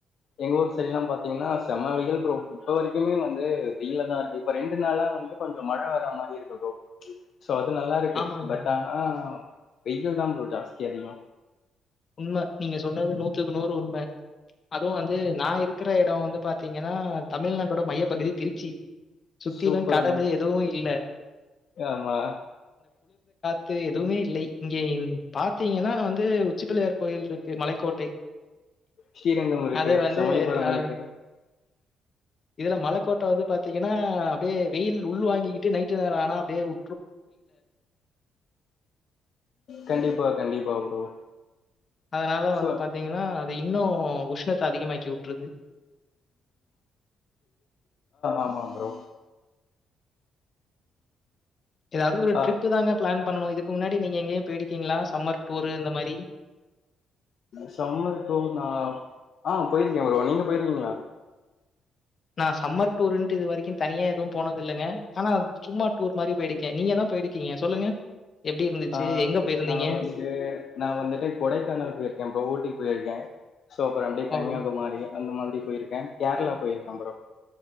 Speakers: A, on the left; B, on the left.
A: எங்க ஊர் சைல்லா பாத்தீங்கன்னா செம வெயில் ப்ரோ இப்ப வரைக்குமே வந்து வெயில் தா இப்ப ரெண்டு நாளா வந்து கொஞ்சோ மழை வர மாரி இருக்கு ப்ரோ சோ அது நல்லா இருக்கு
B: ஆமாங்க.
A: பட் ஆனா வெயில் தா ப்ரோ ஜாஸ்தி அதிகோ
B: உண்ம நீங்க சொன்னது நூத்துக்கு நூறு உண்ம அதுவு வந்து நா இரு இருக்கற இடே வந்து பாத் தீங்கன்னா தமிழ்நாட்டோட மையப்பகுதி திருச்சி சுத்திலும்
A: சூப்பர்
B: கடலு
A: ப்ரோ
B: எதுவும் இல்ல
A: ஆமா
B: து எதுமே இல்லை இங்கே பாத்தீங்கன்னா வந்து உச்சிப்பிள்ளையார் கோயில் இருக்கு மலைக்கோட்டை
A: ஸ்ரீரங்கம் இருக்கு
B: அது வந்து
A: சமயபுரம்
B: அ
A: இருக்கு
B: இதுல மலக்கோட்ட வந்து பாத்தீங்கன்னா அப்டியே வெயில் உள் வாங்கிக்கிட்டு நைட் டு நேரொ ஆனா அப்டியே உ
A: கண்டிப்பா கண்டிப்பா ப்ரோ
B: அதனால
A: சோ
B: வந்து பாத்தீங்கன்னா அது இன்னு உஷ்ணத்த அதிகமாக்கி உட்ருது
A: ஆமா ஆ ப்ரோ
B: ஏதாது ஒரு
A: ஆ
B: ட்ரிப்பு தாங்க ப்ளான் பண்ணணு இதுக்கு முன்னாடி நீங்க எங்கயு கீங்களா சம்மர் டூரு இந்த மாரி
A: சம்மர் டூர் நா ஆ போயிருக்கே ப்ரோ நீங்க போயிருக்கீங்களா
B: நா சம்மர் டூருன்ட்டு இது வரைக்கு தனியா எதுவும் போனதில்லங்க ஆனா சும்மா டூர் மாரி போயிருக்கே நீங்க தா போயிருக்கீங்க சொல்லுங்க எப்படி இருந்துச்சு?
A: ஆ
B: எங்க போயிருந்தீங்க?
A: நா வந்துட்டு நா வந்துட்டு கொடைக்கானல் போயிருக்கே ப்ரோ ஊட்டி போயிருக்கே சோ அப்பறோ அப்டியே கன்யாகுமாரி
B: ஓ!
A: அந்த மாரி போயிருக்க கேர்ளா போயிருக்க ப்ரோ